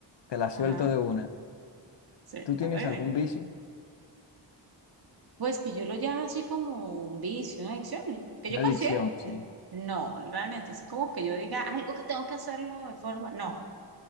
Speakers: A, on the left; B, on the right.
A: te la suelto
B: Ajá,
A: de una.
B: sí,
A: ¿Tú tienes
B: ahora dime.
A: algún vicio?
B: Pues que yo lo llamo así como un vicio, una adicción, que
A: Una
B: yo
A: adicción,
B: considero.
A: sí.
B: n- No, realmente, así como que yo diga algo que tengo que hacerlo de forma. No,